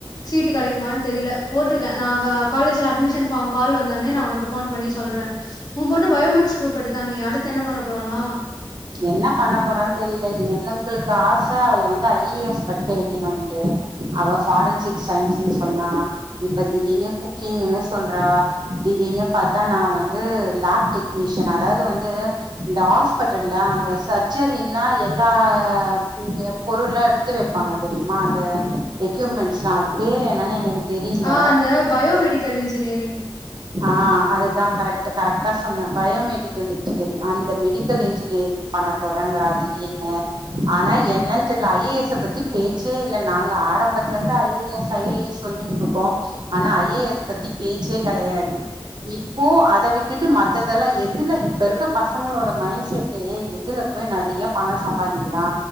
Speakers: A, on the left; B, on the right.
A: சீட் கெடைக்குமான் தெரில போட்ருக்கே நா கா காலேஜ்ல அட்மிஷன் பார்ம் கால் வந்தோனே நா உனக்கு போன் பண்ணி சொல்றே உ பொண்ணு பயோ மேக்ஸ் குரூப் எடுத்தானியே அடுத்து என்ன பண்ண போறலா
B: என்ன பண்ண போறான் தெரியல எங்களுக்கு ஆச அவள வந்து ஐ ஏ எஸ் படிக்க வெக்கணுன்ட்டு அவ ஃபாரன்சிக் சயின்ஸ்ன்னு சொன்னா இப்ப திடீர்னு குக்கிங்ன்னு சொல்றா திடீனு பாத்தா நா வந்து லேப் டெக்னீசியன் அதாவ்து வந்து இந்த ஹாஸ்பட் டல்ல அந்த சர்ச்சரினா எல்லா ம் பொருள்லா எடுத்து வெப்ப பாங்க தெரிய்மா அந்த எக்யூப்மெண்ட்ஸ்லா அது பேரு என்னன்னு எனக்கு தெரியல
A: ஆ அந்த பயோமெடிக்கல் இன்ஜினியரிங்
B: ஆ அதுதா கரெக்ட்டு கரெக்ட்டா சொன்ன பயோமெடிக்கல் இன்ஜினியரிங் அந்த மெடிக்கல் இன்ஜினியரிங் பண்ண போறேங்றா திடீர்னு ஆனா என்னன் தெர்ல ஐ ஏ எஸ் பத்தி பேச்சே இல்ல நாங்க ஆரம்பத்துலருந்து I A S I A S சொல்லின்ட்ருக்கோ ஆனா ஐ ஏ எஸ் பத்தி பேச்சே கெடையாது இப்போ அத விட்டுட்டு மத்ததெல்லா எதுல இப்ப இருக்க பசங்களோட மைண்ட் செட் டே எதுல போய் நெறையா பணோ சம்பாதிக்கலா